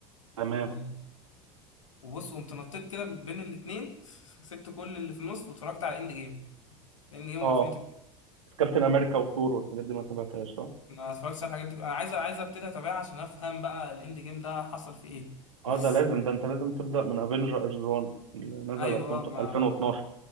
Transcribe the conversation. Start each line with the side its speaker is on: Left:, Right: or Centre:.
Right: تمام
Left: و... وبص قمت نطيت كده بين الاثنين سبت كل اللي في النص واتفرجت على اند جيم اند جيم وانفينيتي
Right: اه
Left: جيم
Right: كابتن امريكا وثور والحاجات دي ما تابعتهاش صح؟
Left: ما اتفرجتش على الحاجات دي انا عايز عايز ابتدي اتابعها عشان افهم بقى الاند جيم ده حصل فيه ايه بس
Right: اه ده لازم ده انت لازم تبدا من افنجرز 1 اللي نزل
Left: ايوه
Right: 2000
Left: اه ما
Right: 2012